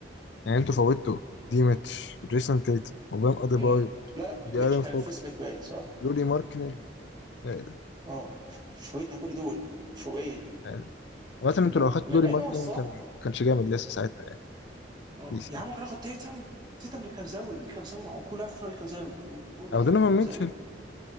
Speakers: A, on the left; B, on the right.
A: يعني انتوا فوتوا دي ميتش وجيسون تيتم وبام أديبايو
B: مم. لا لا ميتش
A: جارين
B: كان
A: فوكس
B: الفيرست باك باين صح؟
A: لوري ماركنن آه،
B: اه ف- فوتنا كل دول فوق ايه؟
A: آه. لغاية
B: فوق
A: ان انتوا
B: بول
A: لو اخدتوا
B: ما
A: لوري
B: مع انه
A: ماركنن
B: هو الصح
A: كان كانش جامد لسه ساعتها يعني.
B: اه
A: بيس
B: يا
A: يعني
B: عم ممكن ناخد تيتم تيتم اللي كان زاوي اللي كان زاوي وكل عفره اللي كان زاوي وكل
A: او
B: عفره
A: دونوفان
B: اللي كان
A: ميتشل
B: زاوي